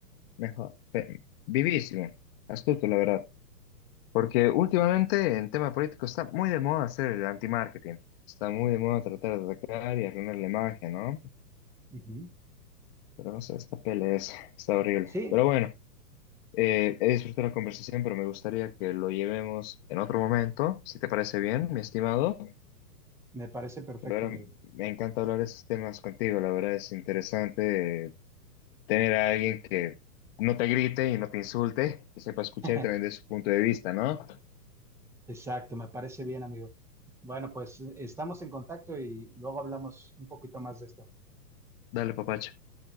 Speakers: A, on the left; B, in the centre.
A: Mejor. Pe- Vivísimo. Astuto, la verdad. Porque últimamente en tema político está muy de moda hacer el anti-marketing. Está muy de moda tratar de atacar y arruinar la imagen, ¿no?
B: Uh -huh.
A: Pero no sé, esta pelea es- está horrible.
B: Sí,
A: Pero bueno, eh, he disfrutado la conversación, pero me gustaría que lo llevemos en otro momento, si te parece bien, mi estimado.
B: me parece perfecto,
A: Pero ahora
B: amigo.
A: me encanta hablar de estos temas contigo, la verdad es interesante eh, tener a alguien que no te grite y no te insulte, que sepa escuchar
B: <laughs>
A: también de su punto de vista, ¿no?
B: Exacto, me parece bien, amigo. Bueno, pues estamos en contacto y luego hablamos un poquito más de esto.
A: Dale, papacho,